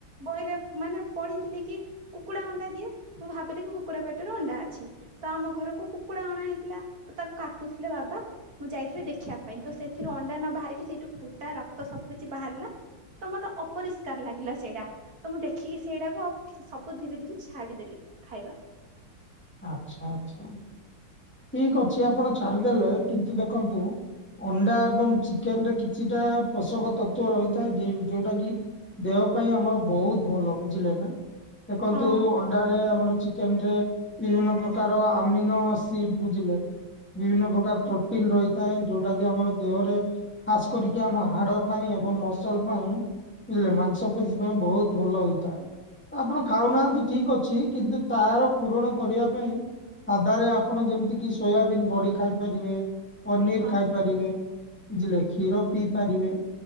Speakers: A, on the right; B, in the centre.
A: ବହିରେ ମାନେ ପଢିଥିଲି କି କୁକୁଡା ଅଣ୍ଡା ଦିଏ ମୁଁ ଭାବିଲି କି କୁକୁଡ଼ା ପେଟରେ ଅଣ୍ଡା ଅଛି ତ ଆମ ଘରକୁ କୁକୁଡା ଅଣା ହେଇଥିଲା ତ ତାକୁ କାଟୁଥିଲେ ବାବା ମୁଁ ଯାଇଥିଲି ଦେଖିବା ପାଇଁ ତ ସେଥିରୁ ଅଣ୍ଡା ନ ବାହାରିକି ସେଇଠୁ ପୁଟା ରକ୍ତ ସବୁ କିଛି ବାହାରିଲା। ତ ମତେ ଅପରିଷ୍କାର ଲାଗିଲା ସେଇଟା। ତ ମୁଁ ଦେଖିକି ସେଇଟାକୁ ଆଉ ସବୁ ଧୀରେ ଧୀରେ ଛାଡିଦେଲି ଖାଇବା।
B: ଆଛା ଆଛା ଠିକ ଅଛି ଆପଣ ଛାଡିଦେଲେ କିନ୍ତୁ ଦେଖନ୍ତୁ ଅଣ୍ଡା ଏବଂ ଚିକେନରେ କିଛିଟା ପୋଷକ ତତ୍ଵ ରହିଥାଏ ଯୋଉଟା କି ଦେହ ପାଇଁ ଆମର ବହୁତ ଭଲ। ବୁଝିଲେ ନା ଦେଖନ୍ତୁ
A: ହଁ
B: ଅଣ୍ଡାରେ ଆମର ଚିକେନ ରେ ବିଭିନ୍ନ ପ୍ରକାର ଆମିନ ଏସିଡ଼ ବୁଝିଲେ ବିଭିନ୍ନ ପ୍ରକାର ପ୍ରୋଟିନ
A: ହଁ
B: ରହି ଥାଏ ଯୋଉଟା କି ଆମର ଦେହରେ ଖାସ କରିକି ଆମ ହାଡ ପାଇଁ ଏବଂ ମସଲ ପାଇଁ ବୁଝିଲେ ମାଂସ ପେଶୀ ପାଇଁ ବହୁତ ଭଲ ହୁଇଥାଏ। ଆପଣ ଖାଉନାହାନ୍ତି
A: ଆଜ୍ଞା
B: ଠିକ ଅଛି କିନ୍ତୁ ତାର ପୁରଣ ପାଇଁ ସାଧାରେ ଆପଣ ଯେମିତି କି ସୋୟାବିନ ବଡ଼ି ଖାଇ ପାରିବେ ପନିର୍
A: ହଁ
B: ଖା ପାରିବେ ବୁଝିଲେ କ୍ଷୀର ପି ପାରିବେ।